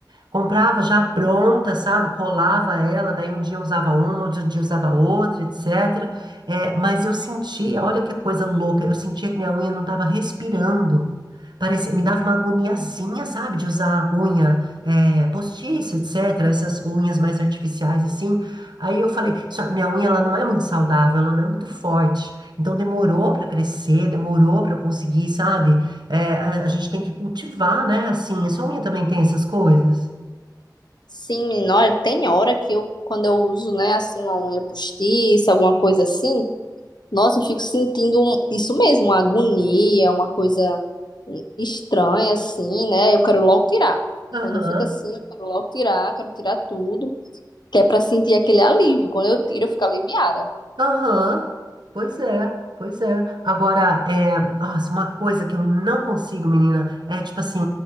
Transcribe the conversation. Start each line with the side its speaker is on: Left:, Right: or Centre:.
Right: Comprava já pronta, sabe? Colava ela, daí um dia eu usava uma, outro dia eu usava outra, etcétera É, mas eu sentia, olha que coisa louca, eu sentia que minha unha não estava respirando. Parecia, me dava uma agoniazinha, sabe? De usar unha é, postiça, etcétera Essas unhas mais artificiais, assim. Aí eu falei, só, minha unha ela não é muito saudável, ela não é muito forte. Então demorou para crescer, demorou para eu conseguir, sabe? É, a, a gente tem que cultivar, né? Assim, a sua unha também tem essas coisas.
Left: Sim, menina, olha, tem hora que eu, quando eu uso, né, assim, uma unha postiça, alguma coisa assim. Nossa, eu fico sentindo um- isso mesmo, uma agonia, uma coisa estranha, assim, né? Eu quero logo tirar.
Right: Aham,
Left: Quando eu fico assim, eu quero logo tirar, quero tirar tudo, que é pra sentir aquele alívio. Quando eu tiro, eu fico aliviada.
Right: aham. Pois é, pois é. Agora, é, nossa, uma coisa que eu não consigo, menina, é tipo assim,